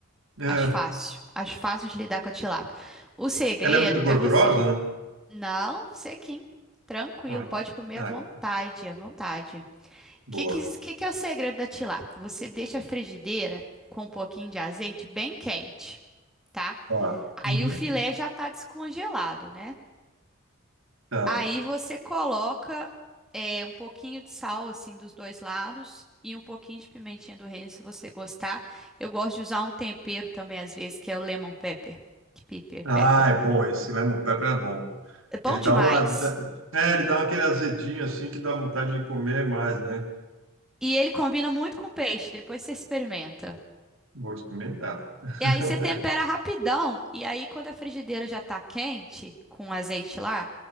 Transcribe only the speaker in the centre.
As fáceis. As fáceis de lidar com a tilápia. O segredo
é você
não sequinho. Tranquilo,
pode
comer
à vontade, à vontade. O
que, que, que que é o segredo da tilápia? Você deixa a frigideira com um pouquinho de azeite bem quente, tá?
Aí
o filé já tá descongelado, né?
Aí você coloca é, um pouquinho de sal, assim, dos dois lados e um pouquinho de pimentinha do reino, se você gostar. Eu gosto de usar um tempero também, às vezes, que é o lemon pepper. Pepper,
pepper.
É bom
demais.
E ele combina muito com peixe, depois você experimenta.
E aí você tempera rapidão. E aí, quando a frigideira já tá quente, com azeite lá,